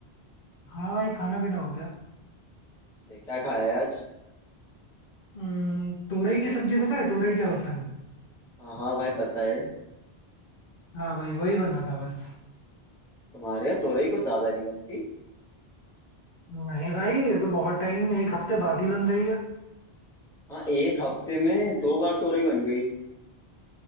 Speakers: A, on the left; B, in the centre.
A: हाँ भाई खाना पीना हो गया
B: ते- क्या खाया है आज
A: हम्म, तोरई की सब्जी पता है तोरई क्या होता है
B: हाँ हाँ भाई पता है
A: हाँ भाई वही बना था बस
B: तुम्हारे यहाँ तोरई कुछ ज्यादा नहीं बनती
A: नहीं भाई ये तो बहुत टाइम एक हफ्ते बाद ही बन रही है
B: हाँ एक हफ्ते में दो बार तोरई बन गई